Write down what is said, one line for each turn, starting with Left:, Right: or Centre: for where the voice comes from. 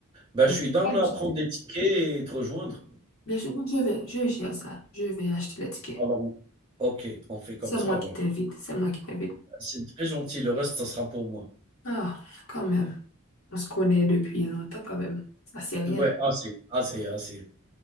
Right: Bah,
Left: Mais
Right: je
Left: tu
Right: suis down
Left: aimes
Right: à
Left: chanter?
Right: prendre des tickets et te rejoindre.
Left: Bien sûr, non, je vais, je gère ça. Je vais acheter les tickets.
Right: Alors, OK, on fait comme
Left: C'est moi
Right: ça alors.
Left: qui t'invite, c'est moi qui t'invite.
Right: C'est très gentil, le reste, ça sera pour moi.
Left: Ah, quand même. On se connaît depuis longtemps, quand même. Ça, c'est rien.
Right: Ouais, assez, assez, assez.